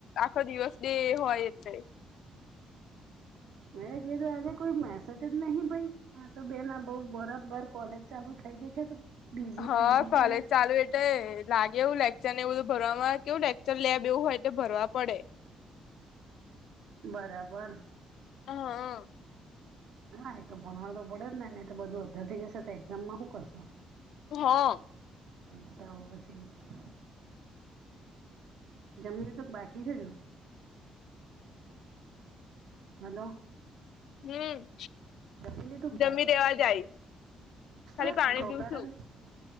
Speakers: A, on the left; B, on the right.
A: આખો દિવસ ડે હોય એટલે,
B: મે કે તો આજે કોઈ મેસેજ જ નહી ભઈ? હા તો બેન બઉ બરાબર કોલેજ ચાલુ થઇ ગઈ છે? બીઝી
A: હા
B: બીઝી
A: કલેજ
B: ચાલે
A: ચાલુ ભટ લાગે એવું લેક્ચર ને એવું બધું ભરવામાં કેવું લેકચર લેબ એવું હોય તો ભરવા પડે.
B: બરાબર!
A: હા હા.
B: હા એ તો ફોન વાળ તો પડે જ ને ને એ તો બધું અર થઈ જશે તો એક્ઝામ માં શું કરશો.
A: હા.
B: તો પછી. જમીએ તો બાકી છે જ? હલો
A: હમ
B: જમી લીધુ.?
A: જમી દેવા જાય ખાલી
B: અ
A: પાણી
B: ગોગરન
A: પીવું